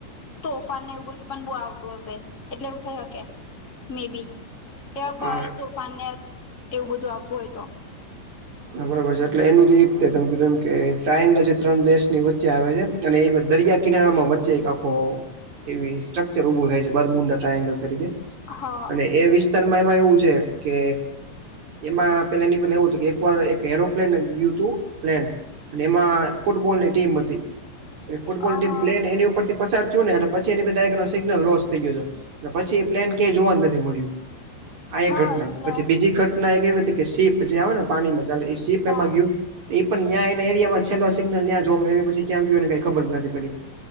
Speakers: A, on the left (about 35°); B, on the right (about 40°).
A: તોફાન ને એવું બધું પણ બહુ આવતું હશે. એટલે એવું થઈ હકે મે ભી એ ભારત
B: હા
A: તોફાનને એવું બધું આપવું હોય તો,
B: બરોબર છે, એટલે એનું એ રીતે તમે કીધું એમ કે ટ્રાયંગલ છે, ત્રણ દેશ ની વચ્ચે આવે છે. અને એ દરિયા કિનારામાં વચ્ચે એક આખો એવી સ્ટ્રકચર ઊભું થાય છે, બરમુંડા ટ્રાયંગલ તરીકે
A: હા
B: અને એ વિસ્તારમાં એમાં એવું છે, કે એમાં પેલા ની બદલે એવું છે, કે. ઉપર એક એરોપ્લેન ગયું હતું, પ્લેન અને એમાં ફૂટબોલની ટીમ હતી, ફૂટબોલની
A: હા
B: ટીમ પ્લેન એની ઉપરથી પસાર થયો એને પછી ની બધી સિગ્નલ લોસ થઈ ગયો તો. પછી એ પ્લેન ક્યાંય જોવા જ નથી મળ્યું આ એક
A: હા
B: ઘટના
A: એટલે
B: પછી બીજી ઘટના ના કેવુ હતુ કી સીપ જે હોને પાણીમાં ચાલેએ સીપ
A: હો
B: એમાં ગયું, એ પણ ન્યા એના એરિયામાં છેલ્લો સિગ્નલ ન્યા જોવા મળ પછી ક્યાં ગયોને કંઈ ખબર નથી પડી.